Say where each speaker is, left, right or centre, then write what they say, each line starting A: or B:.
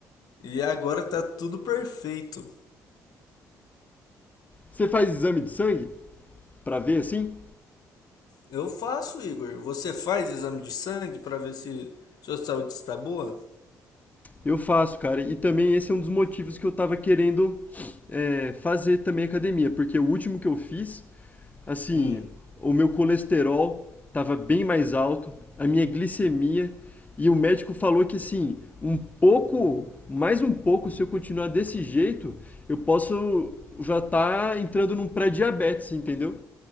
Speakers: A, on the left (about 60°); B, on the left (about 20°).
A: E agora tá tudo perfeito.
B: Você faz exame de sangue pra ver, assim?
A: Eu faço, Igor. Você faz exame de sangue para ver se sua saúde está boa?
B: Eu faço, cara. E também esse é um dos motivos que eu tava querendo é, fazer também academia, porque o último que eu fiz, assim,
A: Hum.
B: o meu colesterol tava bem mais alto, a minha glicemia, e o médico falou que, assim, um pouco, mais um pouco, se eu continuar desse jeito, eu posso já tá entrando num pré-diabetes, entendeu?